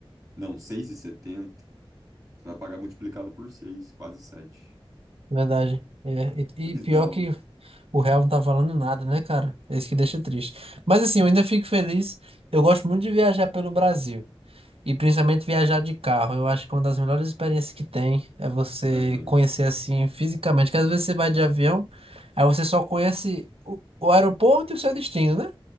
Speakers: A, on the right; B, on the right.
A: Não, seis e setenta. Você vai pagar multiplicado por 6, quase 7.
B: Verdade. É. E,
A: <laughs>
B: e
A: Bizarro,
B: pior que
A: né?
B: o real não tá falando nada, né, cara? É isso que deixa triste. Mas assim, eu ainda fico feliz. Eu gosto muito de viajar pelo Brasil. E principalmente viajar de carro. Eu acho que uma das melhores experiências que tem é você
A: Aham.
B: conhecer assim fisicamente. Porque às vezes você vai de avião, aí você só conhece o, o aeroporto e o seu destino, né?